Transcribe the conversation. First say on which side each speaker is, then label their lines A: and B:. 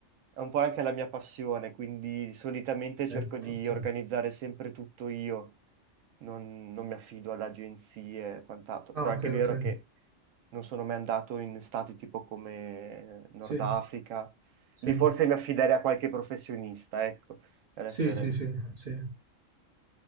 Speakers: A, on the right (about 75°); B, on the right (about 55°).
A: È un po' anche la mia passione, quindi solitamente
B: Ok,
A: cerco di
B: ok.
A: organizzare sempre tutto io, non, non mi affido ad agenzie e quant'altro, però
B: Ah,
A: è anche
B: ok,
A: vero
B: ok.
A: che non sono mai andato in stati tipo come Nord
B: Sì,
A: Africa,
B: sì,
A: lì forse mi affiderei a qualche professionista, ecco, per
B: sì,
A: essere...
B: sì, sì, sì,